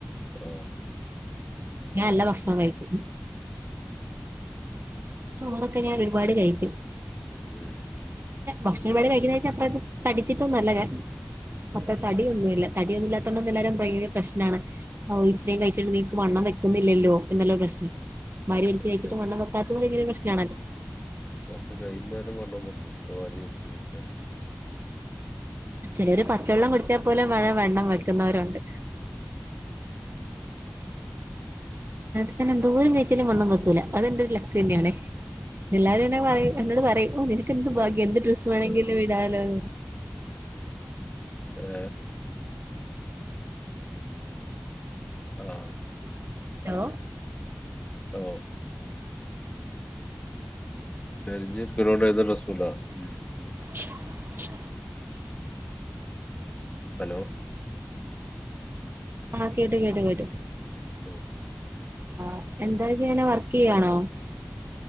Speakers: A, on the left; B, on the right.
A: ആ
B: ഉ ഞൻഎല്ല ഭക്ഷണം
A: ഉം
B: കഴിച്ചു
A: ഉം
B: ചുറൊക്കെ ഞാൻ ഒരുപാട് കഴിക്കും
A: ഉം
B: ഭക്ഷണം പടി കഴിക്കുന്നച്ചാ അത്ര തടിച്ചിട്ടൊന്ന നല്ലരാ അത്ര
A: ഉം
B: തടിയൊന്നുംല്ല തടിയൊന്നുമല്ലാത്തൊണ്ട് എല്ലാവരും ഭയങ്ക പ്രശ്നമാണ് ഇത്രയും കഴിച്ചിട്ട് നീക്ക് വണ്ണം വെക്കുന്നില്ലല്ലോ എന്നല്ലൊ പ്രശ്നം വാരി വലിച്ച്
A: പക്ഷെ
B: കഴിച്ചിട്ട് വണ്ണം വെക്കാത്തത് ഭങ്കരു പ്രശ്ന ആണല്ലോ
A: കുറച്ച കൈയിന്നേരം വണ്ണം വെയ്ക്കും ഇപ്പ ആരം ചെയ്ട്ടല്
B: ചില ഒരു പച്ചവെള്ളം കുടിച്ചാൽ പോലെ വലിയ വെണ്ണം വെക്കുന്നവരുണ്ട് സാന എന്തോരം കഴിച്ചാലും വണ്ണം വെക്കൂല അതെന്റെ ഒരു ലക്ക് തന്നെയണ എല്ലാരും എന്നെ പറയും എന്നോട് പറയും ഓ നിനക്ക്ന്ത്
A: ആ
B: ഭാഗ്യ എന്ത് ഡ്രസ്സ് വേണമെങ്കിലും വിടാലോന്ന്
A: ഏ ആ
B: ഹലോ
A: ഓ <unintelligible>
B: ശ് ശ്
A: ഹലോ
B: ആഹ് കേട്ട് കേട്ട് കേട്ടു
A: ഉം
B: ആഹ് എന്താ ചെയ്യണെ വർക്ക് ചെയ്യാണോ?